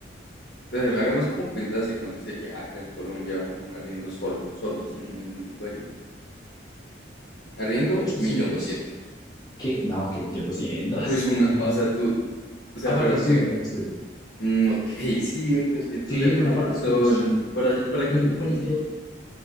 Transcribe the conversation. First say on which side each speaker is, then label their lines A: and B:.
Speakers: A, on the left; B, on the left.
A: De verdad, hagamos como cuentas así cuánto sería acá en Colombia un arriendo solo, solo, sin ningún tipo de ayuda. Arriendo,
B: ochocientos
A: millón doscientos.
B: ¿Qué? No, que 1.200.000.
A: Pues una, o sea, tú,
B: <laughs>
A: o sea,
B: Aparta
A: pero
B: estudio,
A: que un,
B: aparta estudio.
A: mm, ok, <laughs> sí, 800
B: Sí,
A: depende
B: un aparta
A: de la
B: estudio
A: zona.
B: es chimba.
A: Por allí, por aquí
B: Bueno,
A: en Kennedy,
B: por ejemplo,
A: sí.